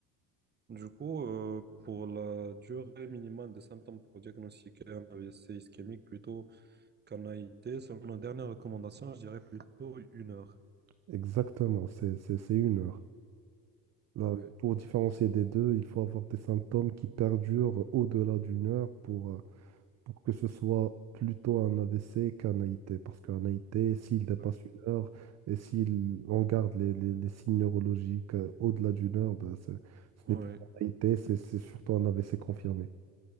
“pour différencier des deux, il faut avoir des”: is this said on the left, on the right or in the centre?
Right